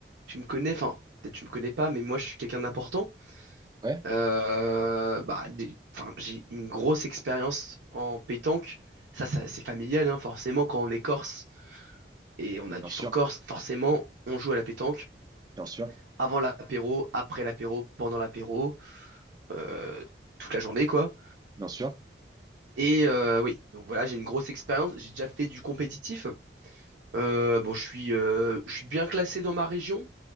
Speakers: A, on the right; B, on the right.
A: tu me connais, enfin, peut-être tu me connais pas, mais moi je suis quelqu'un d'important.
B: Ouais,
A: Euh, bah, des- enfin, j'ai une grosse expérience en pétanque. Ça, ça c'est familial, hein, forcément, quand on est corse et on a
B: bien
A: du
B: sûr,
A: sang corse, forcément, on joue à la pétanque.
B: bien sûr,
A: Avant l'apéro, après l'apéro, pendant l'apéro, euh, toute la journée, quoi.
B: bien sûr.
A: Et euh, oui, donc voilà, j'ai une grosse expérience. J'ai déjà fait du compétitif. Euh, bon, je suis, euh, je suis bien classé dans ma région,